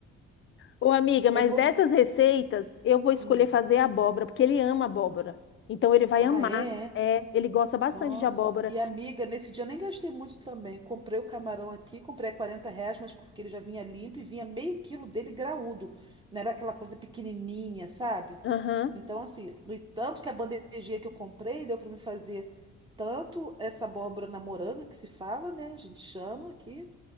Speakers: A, on the left (about 40°); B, on the right (about 15°).
A: Ô, amiga, mas
B: Eu vou.
A: dessas
B: co-
A: receitas, eu vou escolher
B: Hum.
A: fazer abóbora, porque ele ama abóbora. Então ele vai
B: Ah,
A: amar.
B: é,
A: É, ele gosta bastante
B: Nossa,
A: de abóbora.
B: e amiga, nesse dia eu nem gastei muito também. Comprei o camarão aqui, comprei a 40 reais, mas porque ele já vinha limpo e vinha meio quilo dele graúdo. Não era aquela coisa pequenininha, sabe?
A: Aham.
B: Então, assim, no tanto que a bandejinha que eu comprei deu para me fazer tanto essa abóbora na moranga, que se fala, né? A gente chama aqui.